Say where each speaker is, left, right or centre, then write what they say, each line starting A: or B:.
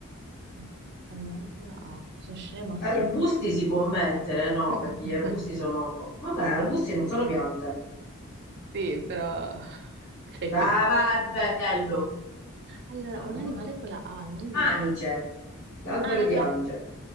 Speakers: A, on the right (about 50°); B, on the left (about 50°).
A: No, animali con la A. Sono scema, sì.
B: Arbusti si può mettere, no?
A: <laughs>
B: Perché gli arbusti sono... co- Vabbè, arbusti non sono piante.
A: Sì, però... Sei
B: Dai,
A: felice.
B: vai, è bello.
A: Allora,
B: Ah.
A: un animale con la A, non mi
B: Anice,
A: viene.
B: l'albero
A: Anatra,
B: di Anice.